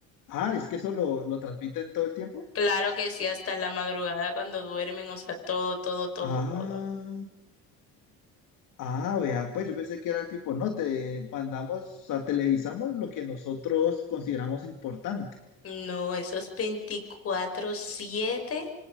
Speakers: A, on the left; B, on the left.
A: Ah, es que eso lo, lo transmiten todo el tiempo.
B: Claro que sí, hasta la madrugada cuando duermen, o sea, todo, todo, todo,
A: Ah,
B: todo.
A: ah, vea, pues yo pensé que era tipo, no, te mandamos, o sea, televisamos lo que nosotros consideramos importante.
B: No, esos veinticuatro siete